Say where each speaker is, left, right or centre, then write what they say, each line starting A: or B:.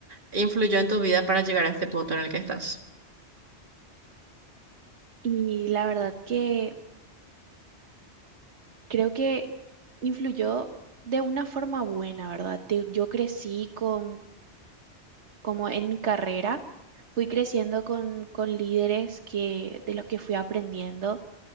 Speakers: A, on the right; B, on the right.
A: influyó en tu vida para llegar a este punto en el que estás?
B: Y la verdad que creo que influyó de una forma buena, ¿verdad? Te- yo crecí con como en mi carrera, fui creciendo con, con líderes que, de los que fui aprendiendo